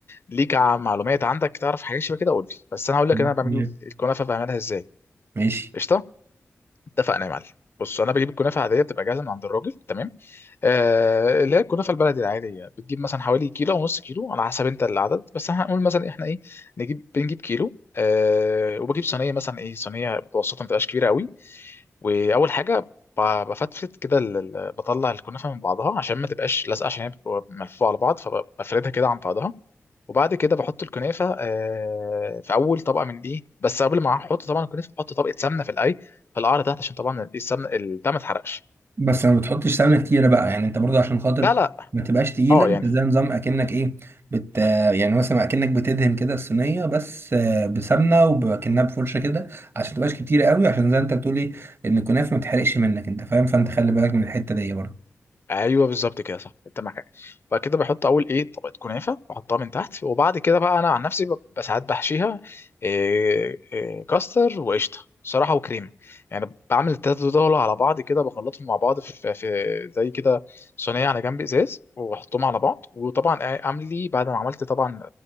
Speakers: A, on the left; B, on the right.
A: ليك ع- معلومات عندك تعرف حاجات شبه كده قول لي بس انا هقول لك
B: مم.
A: انا بعمل الكنافه بعملها ازاي
B: ماشي
A: قشطه اتفقنا يا معلم بص انا بجيب الكنافه عاديه بتبقى جاهزه من عند الراجل تمام آه، اللي هي الكنافه البلدي العاديه بتجيب مثلا حوالي كيلو او نص كيلو على حسب انت العدد بس احنا هنقول مثلا احنا ايه نجيب بنجيب كيلو أه وبجيب صينيه مثلا ايه صينيه متوسطه ما تبقاش كبيره قوي واول حاجه ب- بفتفت كده ال- ال- بطلع الكنافه من بعضها عشان ما تبقاش لازقه عشان هي بتبقى ملفوفه على بعض فبفردها كده عن بعضها وبعد كده بحط الكنافه أه في اول طبقه من دي بس قبل ما احط طبعا الكنافه بحط طبقه سمنه في الاي في القعر تحت عشان طبعا السمنه البتاع ما تحرقش
B: بس ما بتحطش سمنه كتيره بقى يعني انت برضه عشان خاطر
A: لا لا
B: ما تبقاش تقيله
A: اه
B: انت
A: يعني
B: زي نظام اكنك ايه بت يعني مثلا اكنك بتدهن كده الصينيه بس آه، بسمنه وبكنها بفرشه كده عشان ما تبقاش كتيره قوي عشان زي انت بتقولي ان الكنافه ما تحرقش منك انت فاهم فانت خلي بالك من الحته دي برضه
A: ايوه بالظبط كده صح انت معاك حق. بعد كده بحط اول ايه طبقه كنافه بحطها من تحت وبعد كده بقى انا عن نفسي ب- ساعات بحشيها إيه إيه كاستر وقشطه صراحه وكريمه يعني بعمل التلاته دول على بعض كده بخلطهم مع بعض في, في زي كده صينيه على جنب ازاز واحطهم على بعض وطبعا آ- اعمل لي بعد ما عملت طبعا